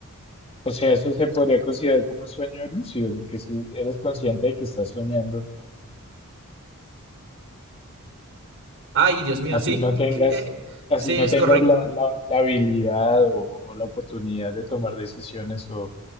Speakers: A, on the left; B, on the right.
A: O sea, eso se podría considerar como un sueño lúcido, porque si eres consciente de que estás soñando,
B: Ay, Dios mío,
A: así
B: sí,
A: no tengas,
B: que- eh,
A: así
B: sí,
A: no
B: es
A: tengas
B: correcto.
A: la, la- la habilidad o o la oportunidad de tomar decisiones o